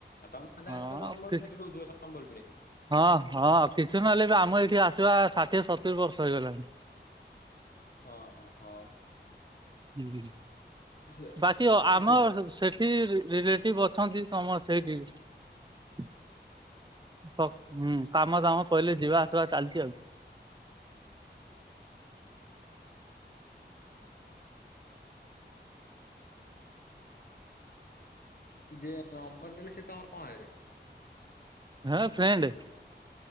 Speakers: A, on the left (about 55°); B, on the right (about 25°).
A: ତମେ
B: ହଁ
A: ତାହେଲେ ତ ଜନ୍ମରୁ
B: କି
A: ସେଠି ରହୁଥିବ ସମ୍ବଲପୁରରେ।
B: ହଁ ହଁ କିଛି ନହେଲେ ବି ଆମ ଏଇଠି ଆସିବା ଷାଠିଏ ସତୁରି ବର୍ଷ ହେଇଗଲାଣି।
A: ହଁ ହଁ ହଁ।
B: ହୁଁ
A: ସେ
B: ବାଟି ଆମର
A: ସେ
B: ସେ ଠି ରି ରିଲେଟିଭ ଅଛନ୍ତି ସମସ୍ତେ ସେଇଠି। ହୁଁ କାମ ଦାମ ପହିଲେ ଯିବା ଆସିବା ଚାଲିଛି ଆଉ।
A: ହ ଯିଏ ନମ୍ବର ଦେଲେ ସେ ତମର କଣ ହେବେ?
B: ହଁ ଫ୍ରେଣ୍ଡେ।